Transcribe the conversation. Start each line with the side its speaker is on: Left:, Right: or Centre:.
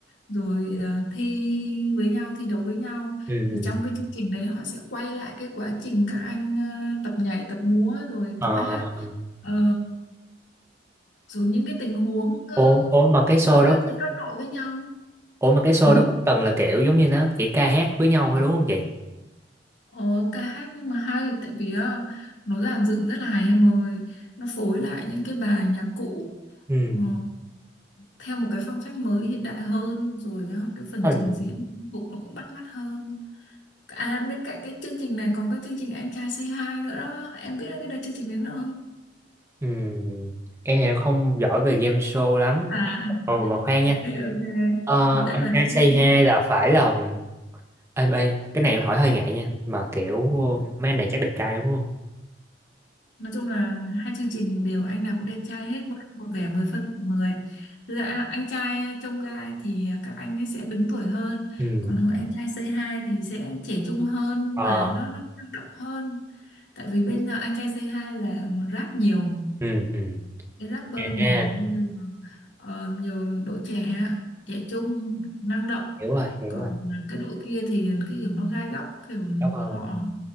Left: rồi ờ, thi với nhau thi đấu với nhau
Right: ừ, ừ.
Left: thì trong cái chương trình đấy họ sẽ quay lại cái quá trình các anh ờ, tập nhảy tập múa rồi
Right: Ờ,
Left: tập hát Ờ, rồi những cái tình huống ờ,
Right: ủa, ủa mà cái show
Left: giữa
Right: đó,
Left: giữa các đội với nhau
Right: ủa mà cái show
Left: Ừ.
Right: đó cũng từng là kiểu giống như nó chỉ ca hát với nhau thôi đúng không chị?
Left: Ồ, ca hát nhưng mà hay tại vì á, nó dàn dựng rất là hay em ơi nó phối lại những cái bài nhạc cụ
Right: Ừ.
Left: ờ, theo một cái phong cách mới hiện đại hơn rồi á, cái phần
Right: Ừ.
Left: trình diễn phục nó cũng bắt mắt hơn à bên cạnh cái chương trình này còn có chương trình Anh trai Say Hi nữa đó em biết cái đợt chương trình đến không
Right: Ừ. Em thì không giỏi về game show lắm.
Left: à
Right: Ờ, mà khoan nha.
Left: ok ok
Right: Ờ,
Left: thực ra
Right: anh
Left: là
Right: anh say
Left: em cũng
Right: hi là phải là em ê, cái này em hỏi hơi ngại nha, mà kiểu ờ, mấy anh này chắc đẹp trai đúng không?
Left: nói chung là hai chương trình đều anh nào cũng đẹp trai hết một, một vẻ 10 phân mười dạ, anh trai ờ, trông gai thì ờ, các anh ấy sẽ đứng tuổi hơn
Right: Ừ.
Left: còn hội anh trai Say Hi thì sẽ trẻ trung hơn
Right: Ờ.
Left: và nó nó năng động hơn tại vì bên ờ, anh trai Say Hi là rap nhiều
Right: Ừ ừ.
Left: cái rapper
Right: À,
Left: nhiều nên Ờ, nhiều đội trẻ trẻ trung năng động
Right: hiểu rồi hiểu
Left: còn
Right: rồi
Left: cái đội kia thì cái kiểu nó gai góc kiểu
Right: cảm ơn
Left: họ